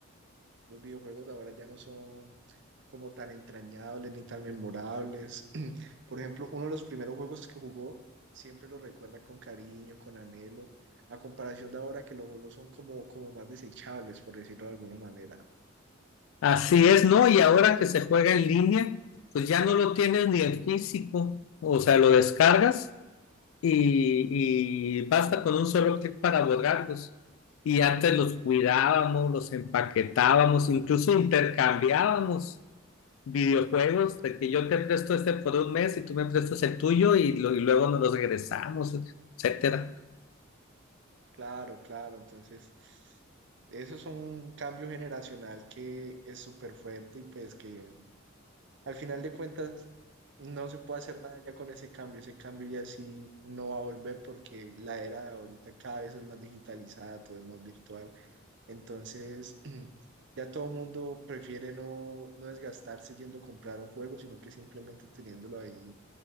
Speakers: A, on the right; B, on the left.
A: Los videojuegos de ahora ya no son como tan entrañables ni tan memorables. <clears throat> Por ejemplo, uno de los primeros juegos que jugó siempre lo recuerda con cariño, con anhelo, a comparación de ahora que los juegos son como, como más desechables, por decirlo de alguna manera.
B: Así es, ¿no? Y ahora que se juega en línea, pues ya no lo tienes ni en físico, o sea, lo descargas y, y basta con un solo clic para borrarlos. Y antes los cuidábamos, los empaquetábamos, incluso intercambiábamos. videojuegos, de que yo te presto este por un mes y tú me prestas el tuyo y, lo- y luego nos los regresamos, etcétera.
A: Claro, claro, entonces... Eso es un cambio generacional que es súper fuerte y pues que Al final de cuentas, no se puede hacer nada ya con ese cambio. Ese cambio ya sí no va a volver porque la era de ahorita cada vez es más digitalizada, todo es más virtual. Entonces, <clears throat> ya todo el mundo prefiere no, no desgastarse yendo a comprar un juego, sino que simplemente teniéndolo ahí